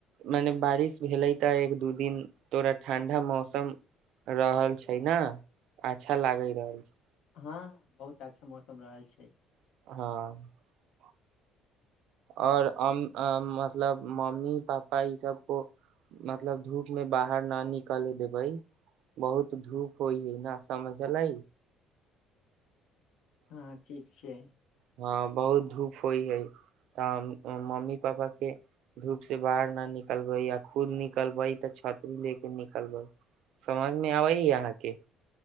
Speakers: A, on the right; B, on the left.
A: मने बारिश भेलै तऽ एक दू दिन तोरा ठं्डा मौसम रहल छै ने अच्छा लागि रहल छै
B: हँ बहुत अच्छा मौसम रहल छै
A: हँ ओर मतलब मम्मी पापा ई सब को मतलब धूप मे बाहर न निकले देबै बहुत धूप होइ है न समझले
B: हँ ठीक छै
A: हँ बहुत धूप होइ है तऽ मम्मी पापा के धूप से बाहर न निकलबे आ खुद निकलबै तऽ छतरीू ले के निकलबै समझ मे आबे है अहाँके